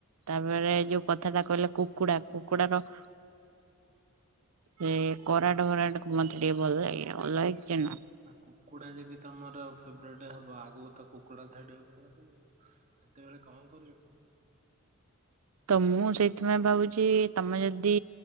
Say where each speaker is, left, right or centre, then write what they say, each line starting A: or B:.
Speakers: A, on the right; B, on the right.
A: ତାପରେ ଯୋଉ କଥା ଟା କହିଲ କୁକୁଡା। କୁକୁଡାର ସେ କରାଟ ଫରାଟକୁ ମତେ ଟିକେ ଭଲ ଲାଗେ। ଭଲ ଲାଗିଛି ନା।
B: ଆ କୁକୁଡା ଯଦି ତମର ଫେବରେଟ ହବ? ଆଗକୁ ତ କୁକୁଡା ଛାଡିବାକୁ ପଡିବ ତମକୁ। ସେତେବେଳେ କଣ କରିବ ତମେ?
A: ତ ମୁଁ ସେଇଥିପାଇଁ ଭାବୁଛି ତମେ ଯଦ ଦି